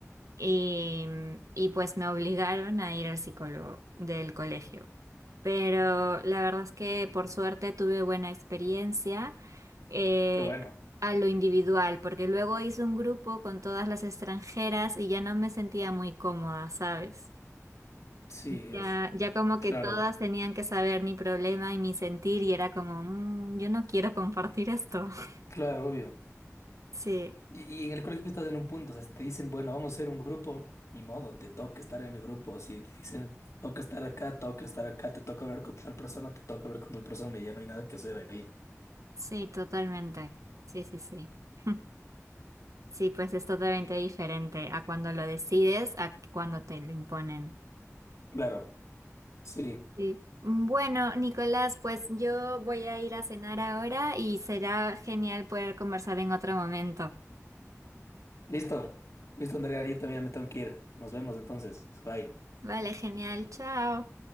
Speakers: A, on the right; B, on the left.
A: y, mm, y pues me obligaron a ir al psicólogo del colegio. Pero la verdad es que por suerte tuve buena experiencia eh,
B: qué bueno.
A: a lo individual, porque luego hice un grupo con todas las extranjeras y ya no me sentía muy cómoda, ¿sabes?
B: Sí,
A: Ya,
B: es,
A: ya como
B: claro,
A: que todas tenían que saber mi problema y mi sentir y era como, "Mm, yo no quiero compartir esto. <laughs>
B: claro, obvio.
A: Sí,
B: Y, y en el colegio estás en un punto, o sea, si te dicen, bueno, vamos a ser un grupo, ni modo, te toca estar en el grupo. Si te dicen, toca estar acá, toca estar acá, te toca hablar con tal persona, te toca hablar con tal persona y ya no hay nada que hacer ahí.
A: sí, totalmente. Sí, sí, sí. <laughs> Sí, pues es totalmente diferente a cuando lo decides, a cuando te lo imponen.
B: Claro, sí.
A: Sí. Bueno, Nicolás, pues yo voy a ir a cenar ahora y será genial poder conversar en otro momento.
B: Listo, listo, Andrea, yo también me tengo que ir. Nos vemos entonces. Bye.
A: Vale, genial, chao.